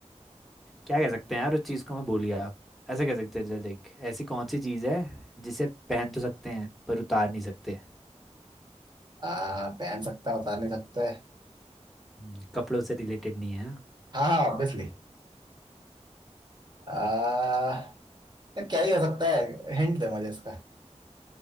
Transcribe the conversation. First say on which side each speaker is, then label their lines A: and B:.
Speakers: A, in the centre; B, on the right.
A: क्या कह सकते हैं यार उस चीज़ को मैं भूल गया ऐसे कह सकते हैं चल देख ऐसी कौन सी चीज़ है जिसे पहन तो सकते हैं पर उतार नहीं सकते
B: आ, पहन सकता बता नहीं सकते
A: हम्म, कपड़ों से रिलेटेड नहीं है हाँ?
B: हाँ हाँ ऑब्वियसली आ, तो क्या ही हो सकता है हिंट दे मुझे इसका